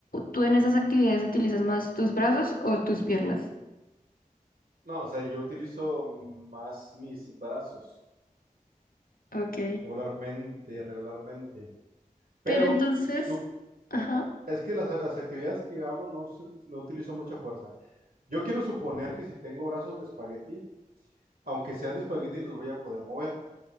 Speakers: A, on the left; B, on the right.
A: ¿tú en esas actividades utilizas más tus brazos o tus piernas?
B: no, o sea, yo utilizo más mis brazos
A: Ok.
B: regularmente, regularmente, pero
A: Pero entonces,
B: sup-
A: ajá.
B: es que las, las actividades que hago no, su- no utilizo mucha fuerza. Yo quiero suponer que si tengo brazos de espagueti, aunque sean de espagueti, los voy a poder mover.